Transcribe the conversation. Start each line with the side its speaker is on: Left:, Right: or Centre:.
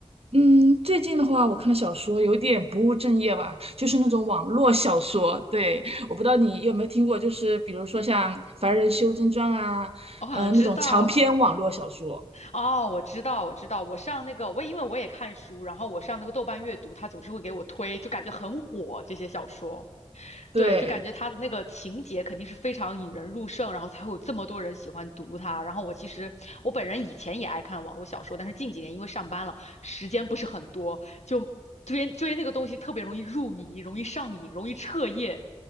Right: 嗯，最近的话，我看的小说有点不务正业吧，就是那种网络小说。对，我不知道你有没有听过，就是比如说像《凡人修真传》啊，
Left: 我好像知道，
Right: 嗯，那种长篇网络小说。
Left: 哦，我知道，我知道，我上那个，我也因为我也看书，然后我上那个豆瓣阅读，它总是会给我推，就感觉很火这些小说。
Right: 对，
Left: 对，就感觉他的那个情节肯定是非常引人入胜，然后才会有这么多人喜欢读它。然后我其实我本人以前也爱看网络小说，但是近几年因为上班了，时间不是很多，就追追那个东西特别容易入迷，容易上瘾，容易彻夜